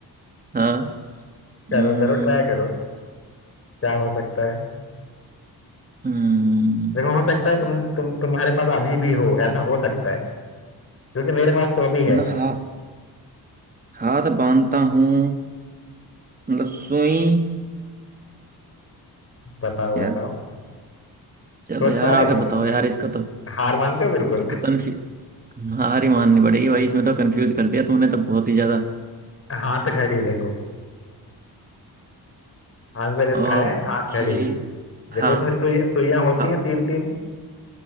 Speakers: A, on the right; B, on the left.
A: हाँ
B: करो
A: हम्म
B: करो ट्राई करो क्या हो सकता है
A: हम्म,
B: देखो हो सकता है तुम तुम तुम्हारे पास अभी भी हो ऐसा हो सकता है क्योंकि मेरे पास तो अभी है
A: मतलब हा, हाथ बांधता हूँ मतलब सुई
B: बताओ
A: यार
B: बताओ
A: चलो
B: सोच
A: यार
B: पा रहे
A: आप
B: हो
A: ही बताओ यार इसका तो
B: हार मानते हो बिल्कुल
A: ये तो कन्फ्यूज हार ही माननी पड़ेगी भाई इसमें तो कंफ्यूज कर दिया तुमने तो बहुत ही ज्यादा
B: हाथ घड़ी देखो आंसर इसका
A: ओके
B: है हाथ घड़ी
A: हाँ
B: देखो उसमें सुई सुइयां होती
A: हाँ
B: हैं तीन तीन